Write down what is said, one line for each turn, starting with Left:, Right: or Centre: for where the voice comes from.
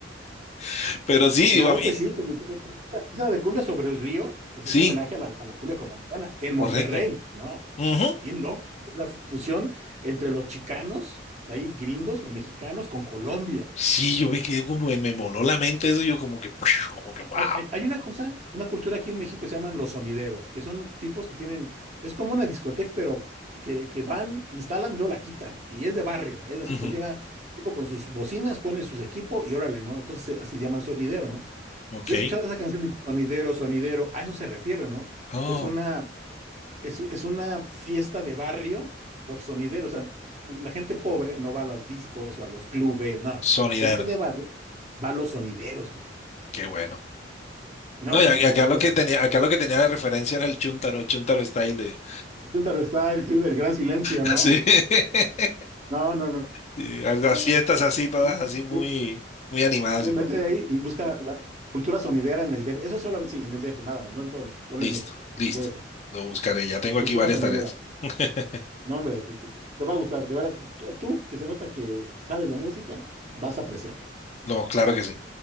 Left: <laughs> Pero sí,
Right: No,
Left: a mí-
Right: pues sí, pues, esa, esa de cumbia sobre el río es,
Left: sí,
Right: es un homenaje a la, a la cumbia colombiana en Monterrey,
Left: correcto.
Right: ¿no?
Left: Ujú.
Right: Bien loco. Es la fu- fusión entre los chicanos, de ahí gringos, con mexicanos, con Colombia.
Left: Sí, yo me quedé como, me voló la mente eso, yo como que, <laughs> como que, wow.
Right: Hay, hay- hay una cosa, una cultura aquí en México que se llaman los sonideros, que son tipos que tienen, es como una discoteca, pero que, que- que van, instalan y luego la quitan. Y es de barrio, es así
Left: Ujú.
Right: como llega tipo con sus bocinas, pone sus equipos y órale, ¿no? Entonces eh, así le llaman sonidero, ¿no?
Left: Ok.
Right: Si has escuchado esa canción, sonidero, sonidero, a eso se refiere, ¿no?
Left: Oh,
Right: Que es una, es, es una fiesta de barrio por sonidero. O sea, la gente pobre no va a los discos o a los clubes, no,
Left: sonideros,
Right: la gente de barrio va a los sonideros, compadre.
Left: qué bueno.
Right: No,
Left: No,
Right: hombre,
Left: y a- y acá
Right: otra cosa.
Left: lo que tenía, acá lo que tenía de referencia era el chuntaro, chuntaro style de,
Right: Filter Style, sí, del gran silencio, ¿no?
Left: <laughs> sí, <laughs>
Right: No, no, no.
Left: Sí, a las
Right: no.
Left: fiestas así, todas así muy,
Right: Yo-
Left: muy animadas
Right: yo-
Left: y
Right: Mete
Left: todo.
Right: ahí y busca la cultura sonidera en el DF. Eso solo, sí, en el DF, nada más, no en todo México, solo
Left: Listo,
Right: en México, en
Left: listo.
Right: el DF.
Left: Lo buscaré. Ya tengo
Right: Cultura
Left: aquí varias
Right: sonidera.
Left: tareas. <laughs>
Right: No, hombre, te, te- te va a gustar. De verdad, tú, tú, que se nota que sabes de música, vas a apreciarlo.
Left: No, claro que sí.